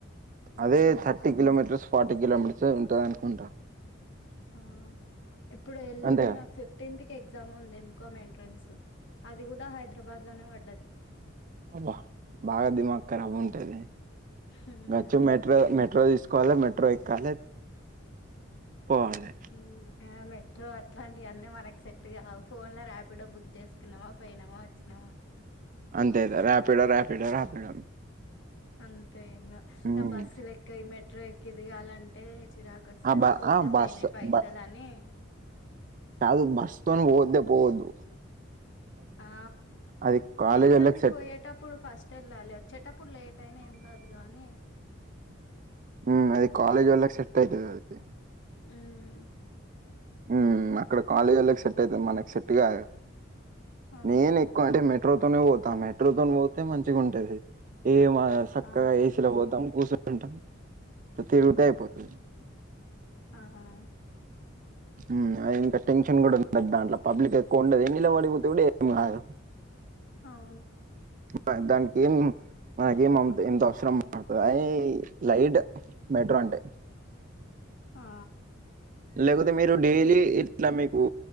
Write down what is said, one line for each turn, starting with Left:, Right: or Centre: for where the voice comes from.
Left: హ్మ్
Right: అదే థర్టీ కిలోమీటర్స్ ఫార్టీ కిలోమీటర్స్ ఉంటదనుకుంటా
Left: ఆ ఇప్పుడే ఎల్లుండి
Right: అంతేగా
Left: నాకు ఫిఫ్ టెన్త్ కి ఎగ్జామ్ ఉంది ఎమ్కామ్ ఎంట్రన్స్, అది గూడా హైదరాబాద్ లోనే వడ్డది.
Right: అబా! బాగ దిమాక్ ఖరాబ్ ఉంటది.
Left: హ్మ్
Right: మెట్రో మెట్రో మెట్రో దీసుకోవాలె మెట్ ట్రై ఎక్కాలే, పోవాాలే.
Left: మ్ ఆ మెట్రో అట్లాంటివన్నీ మనకి సెట్గావు. ఫోన్ లో రాపిడో బుక్ జేసి తిన్నవా? పొయినవా? అచ్చినవా?
Right: అంతే ఇగ రాపిడో రాపిడో రాపిడో
Left: అంతే ఇంగ,
Right: ఉమ్.
Left: ఆ బస్సులెక్కై, మెట్రో ఎక్కి దిగాలంటే, చిరాకు క సరి
Right: ఆ బ
Left: పోతే
Right: ఆ బస్
Left: పొయినయి పైసలు
Right: బ
Left: అనీ
Right: కాదు, బస్తోను పోవొద్దే పోవొద్దు.
Left: ఆ
Right: అది కాలేజ్
Left: ఎక్జామ్కి
Right: వాళ్ళకి సెట్
Left: బొయేటప్ ప్పుడు ఫస్ట్ ఎళ్ళాలి. అచ్చేటప్పుడు లేట్ అయినా, ఏం గాదు గానీ
Right: మ్ అది కాలేజోళ్లకి సెట్ అయితది అది.
Left: ఊమ్
Right: మ్, అక్కడ కాలేజోళ్కకి సెట్ అయితది మనకు సెట్గాదు.
Left: అవును.
Right: నేనె ఎక్కో అంటే, మెట్రో తోనే బోతా. మెట్రో తోను బోతే, మంచిగ ఉంటది. ఏ మా గ సక్కగా
Left: ఆ!
Right: ఏసీలో బోతం, గూసుంటం, తిరుగితే అయిపోతది.
Left: అహా
Right: మ్, అది ఇంక టెన్షన్ గుడ ఉండదు దాంట్ల. పబ్లిక్ ఎక్కువ ఉండదు. నిలబడిబోతే గుడ ఏం గాదు.
Left: అవును.
Right: ఆ దానికి ఏం? ఆ గేమ్ మనకి ఎంత? ఫ్రం అయ్ లైట్ మెట్రో అంటే
Left: ఆ
Right: లేకపోతె మీరు డేలీ
Left: హ్మ్.
Right: ఇట్ల మీకూ